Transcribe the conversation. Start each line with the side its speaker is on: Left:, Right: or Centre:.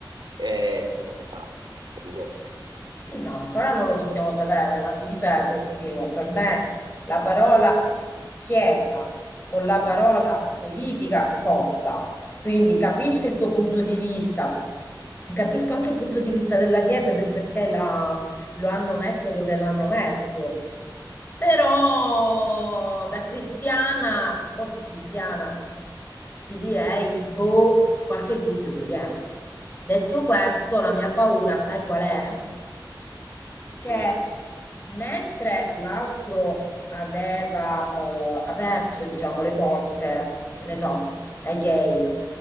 Right: eh, quello che farà, capito?
Left: Sì, no, ancora non lo possiamo sapere, ma ti ripeto, Simo, per me la parola chiesa con la parola politica cozza. Quindi capisco il tuo punto di vista, capisco anche il punto di vista della chiesa e del perché la- lo hanno messo dove l'hanno messo. Però da cristiana, se fossi cristiana, ti direi, boh, qualche dubbio mi viene. Detto questo, la mia paura, sai qual è? Che
Right: Mm.
Left: mentre l'altro aveva eh, aperto, diciamo, le porte, che ne so, ai gay,